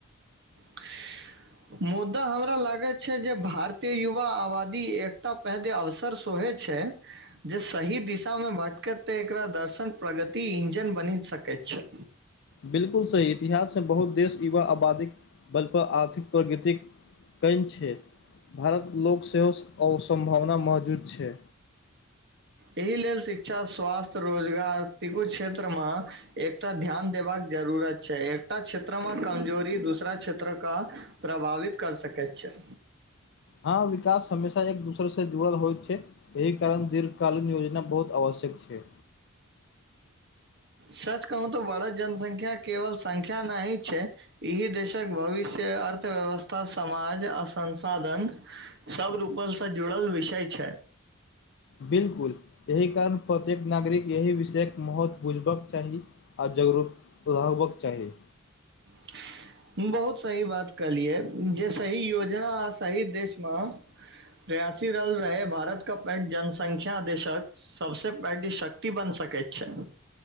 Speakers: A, on the right; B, on the left.
A: <unintelligible> मुद्दा हमरा लागे छै जे भारतीय युवा आबादी एकता पैघ अवसर सोहै छै जे सही दिशा मे भटकत ते एकरा दर्शन प्रगति इंजन बनि सकैत छै
B: बिलकुल सही इतिहास मे बहुत देश युवा आबादी बल पर आर्थिक प्रगृतिक कैन छै भारत लोक सेहो असम्भावना मौजूद छै
A: एहि लेल शिक्षा स्वास्थ्य रोजगार तिकु क्षेत्र म एकटा ध्यान देबाक जरूुरत छै एकटा क्षेत्र मे कमजोरी दूसरा क्षेत्र क प्रभावित कर सकैत छै
B: हँ विकास हमेशा एक दोसरसँ जुड़ल होइत छै एहि कारण दीर्घ कालीन योजना बहुत आवश्यक छै
A: सच कहू त बढ़त जनसंख्या केवल संख्या नही छै एहि देशक भविष्य अर्थव्यवस्था समाज आ संसाधन सब रूपलसँ जुड़ल विषय छै
B: बिलकुल एहि कारण प्रत्येक नागरिक एहि विषयके महत्व बुझबाक चाही आओर जागरूक रहबक चाही
A: <inaudible> बहुत सही बात कहलियै जे सही योजना आ सही देश मऽ प्रयासी रल रहै भारत का पैघ जनसंख्या देेशक सबसँ पैघ शक्ति बन सकैत छै